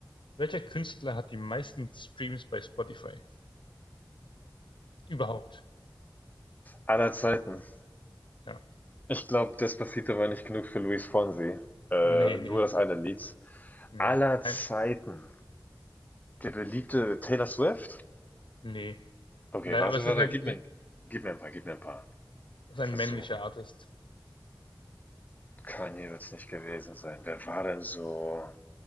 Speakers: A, on the left; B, on the left.
A: Welcher Künstler hat die meisten Streams bei Spotify? Überhaupt.
B: Aller Zeiten.
A: Ja.
B: Ich glaube, Despacito war nicht genug für Luis Fonsi. Äh,
A: Nee,
B: nur
A: nee,
B: das eine Lied.
A: nee.
B: Aller
A: Ein,
B: Zeiten. Der beliebte Taylor Swift?
A: nee.
B: Okay,
A: Leider,
B: warte,
A: aber es
B: warte,
A: ist ein,
B: gib
A: es
B: mir, gib mir ein paar, gib mir ein paar
A: ist
B: Versuche.
A: ein männlicher Artist.
B: Kanye wird es nicht gewesen sein. Wer war denn so